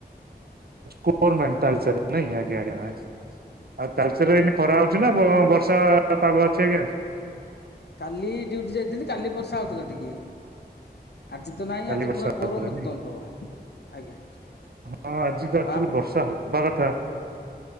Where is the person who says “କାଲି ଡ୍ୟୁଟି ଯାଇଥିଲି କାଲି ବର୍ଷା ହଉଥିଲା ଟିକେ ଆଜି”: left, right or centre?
Left